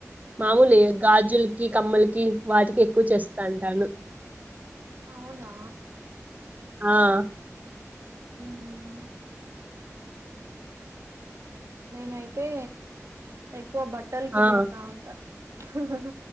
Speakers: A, on the right (about 30°); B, on the right (about 55°).
A: మామూలే గాజులకి కమ్మలకి వాటికి ఎక్కువ చేస్తాంటాను
B: అవునా
A: ఆ
B: ఉమ్ నేనైతే ఎక్కువ బట్టలకి
A: ఆ
B: చేస్తా ఉంటా హహహ